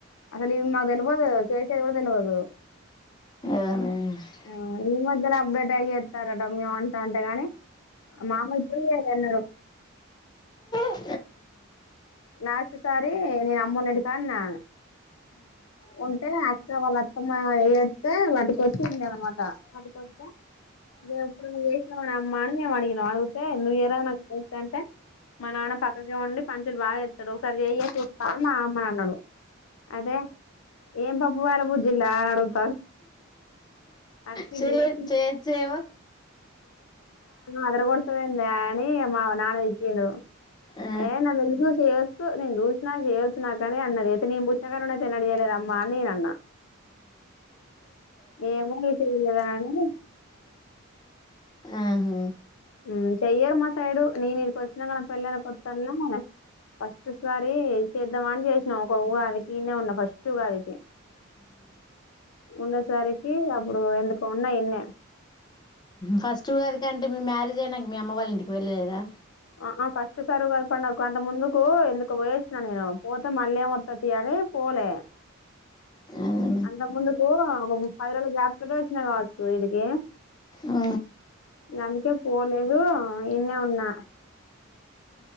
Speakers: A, on the left; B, on the left.
A: అసలు ఇవి మాకు తెల్వదు చేసేయ్ కూడా తెల్వదు.
B: అవునా
A: ఆ ఈ మధ్య అప్డేట్ ఆయయ్ సరడం మీవు అంట్ అంటేగాని మామైతేయక్ ఎన్నాడో
B: ఆ
A: లాస్ట్ సారి నేను అమ్మోలింటికాడా ఉన్నా ఉంటే అక్క వాళ్ళ అత్తమ్మ ఏయోస్తే వాటుకొచ్చి ఉండ అనమాట వాటుకొస్తే ఇగా ఎప్పుడు నువ్వు యేసిన అమ్మ మేము అడిగినం అడుగుతే సేవన్క్ తెలుసా అంటే మా నాన్న పక్కకే ఉండి పంచులు బాగ్ యేస్తడు ఒకసారి చేయే చూస్తా మా అమ్మానాన్నాడు అదే ఏం పబ్బు వాల్ బు చిల్లనడుంద్ అంటేే
B: చే
A: ఏం చెయ్
B: చేయొచ్చేమో
A: <inaudible> అదర గొడ్ తువెందా నీ మా నానా తిట్టిండు
B: ఆ
A: ఏ న దెలుసు చెయ్యొచ్చు నేన్ జూష్ నాకు చేయొచ్చు నాకనే అన్నది ఐతే నేను పుచ్చకన్నా తినడి చేయలేద అమ్మా అని నేనన్నా. ఏ మూడి చేయింగదాని
B: ఆహా
A: మ్మ్ చెయ్యరు మ నేను ఈడికొచ్చినాక నా పెళ్ళైన కొత్తల్లో ఫస్ట్ సారి చేద్దామని చేస్ ఒక ఉగాదికి ఈన్న ఉన్న ఫస్ట్ ఉగాదికి ఉండేసరికి అప్పుడు ఎందుకు ఉన్న ఇన్నే
B: ఫస్ట్ ఉగాది కంటే మీ మ్యారేజ్ అయినాక మీ అమ్మ వాళ్ళ ఇంటికి వెళ్ళలేదా
A: అ ఆ ఫస్ట్ సార్ ఉగాది పండగక్కు అంత ముందుకు ఎందుకో బొయొచ్చిన నేను, పోతే మళ్ళీ ఏంవత్తుతీ అని పోలే.
B: ఆహా
A: అంత ముందు ఏమో ఆమా పది రోజులు గ్యాప్ తోటే వచ్చినా కావచ్చు వీడికి
B: ఆ
A: గందుకే పోలేదు ఈన్నే ఉన్నా